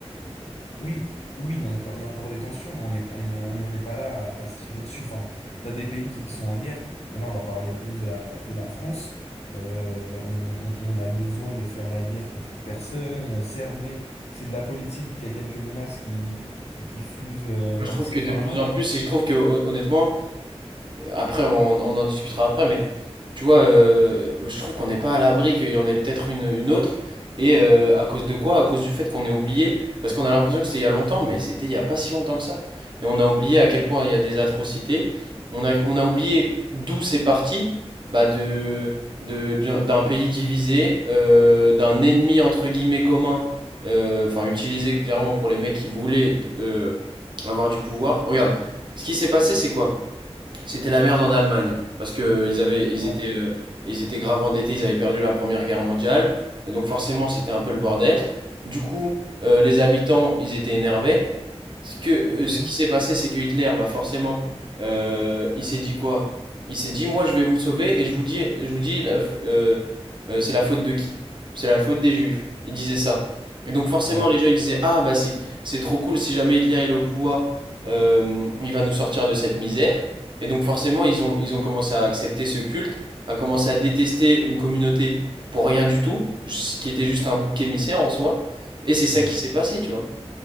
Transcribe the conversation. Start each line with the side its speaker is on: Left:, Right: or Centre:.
Left: Oui, oui, oui, il y a encore, il y a encore des tensions, mais on est, on n'en on n'en est pas là à, à se tirer dessus. Enfin, t'as des pays qui sont en guerre, mais là, on va parler plus de la, de la France. Euh, on, on- on a besoin de faire la guerre contre personne. Euh, Certes, bon, c'est de la politique, il y a quelques menaces qui, qui, qui fusent euh, par-ci,
Right: Moi, je trouve que de
Left: par-là.
Right: plus en plus, et je trouve que hon- honnêtement, Après, on, on en discutera après, mais tu vois, euh, je trouve qu'on n'est pas à l'abri, qu'il y en ait peut-être une, une autre. Et euh, à cause de quoi? À cause du fait qu'on est oublié. Parce qu'on a l'impression que c'était il y a longtemps, mais c'était il y a pas si longtemps que ça. Et on a oublié à quel point il y a des atrocités. On a, on a oublié d'où c'est parti, bah de, de, d'un d'un pays divisé, euh, d'un ennemi entre guillemets commun, euh, enfin utilisé clairement pour les mecs qui voulaient euh, avoir du pouvoir. Regarde, ce qui s'est passé, c'est quoi? C'était la merde en Allemagne parce que euh, ils avaient,
Left: Ouais,
Right: ils étaient, euh, ils étaient grave endettés, ils avaient perdu la Première Guerre mondiale, et donc forcément c'était un peu le bordel. Du coup, euh, les habitants, ils étaient énervés. Ce que,
Left: ok,
Right: euh, ce
Left: ouais,
Right: qui s'est passé, c'est que Hitler, bah forcément, euh, il s'est dit quoi? Il s'est dit, moi je vais vous sauver et je vous dis, je vous dis, la f- euh, euh, c'est la faute de qui? C'est la faute des Juifs. Il disait ça. Et donc forcément,
Left: ouais,
Right: les gens ils disaient, ah bah c'est, c'est trop cool si jamais Hitler il est au pouvoir, euh, il va nous sortir de cette misère. Et donc forcément, ils ont, ils ont commencé à accepter ce culte, à commencer à détester une communauté pour rien du tout, ce qui était juste un bouc émissaire en soi. Et c'est ça
Left: ouais,
Right: qui s'est passé, tu vois.